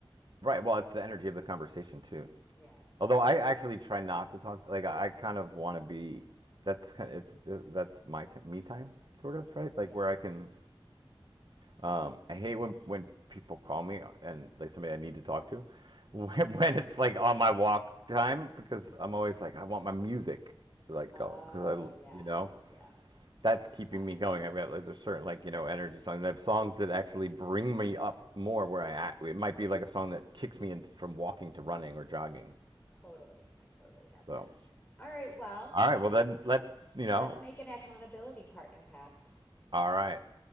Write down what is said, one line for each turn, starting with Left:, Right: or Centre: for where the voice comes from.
Right: Right. Well, it's the energy of the conversation too.
Left: Yeah, exactly.
Right: Although I actually try not to talk. Like I kind of want to be. That's kind of, it's that's my t me time sort of right.
Left: Yeah.
Right: Like where I can. Um, I hate when when people call me and like somebody I need to talk to, <laughs> when, when it's like on my walk time because I'm always like I want my music like
Left: Oh,
Right: going because I
Left: yeah.
Right: you know
Left: Yeah.
Right: that's
Left: I get
Right: keeping
Left: that.
Right: me going. I've got like, there's certain like you know energy songs. I have songs that actually bring me up more. Where I at. it might be like a song that kicks me in from walking to running or jogging.
Left: Totally. I totally get
Right: So
Left: that. All right. Well,
Right: all right, well then let's you know
Left: let's make an accountability partner pact.
Right: all right